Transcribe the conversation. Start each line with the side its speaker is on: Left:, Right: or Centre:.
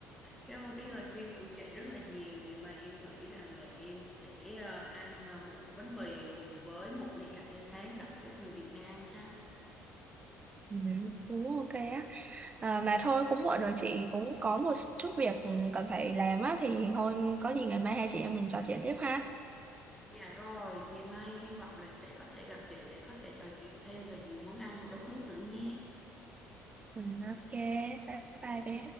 Centre: Cảm ơn cái lời khuyên của chị rất là nhiều. Ngày mai em nghĩ rằng là em sẽ ờ, ăn ờ, một ổ bánh mì cùng với một ly cà phê sáng đậm chất người Việt Nam ha.
Right: Ừ, cũng ok á à, mà thôi cũng muộn rồi chị cũng có một chút việc ừ, cần phải làm á thì thôi có gì ngày mai hai chị em mình trò chuyện tiếp ha
Centre: Dạ rồi, ngày mai hy vọng là sẽ có thể gặp chị để có thể trò chuyện thêm về nhiều món ăn của đất nước nữa nhé.
Right: ừ, ok bye bye bé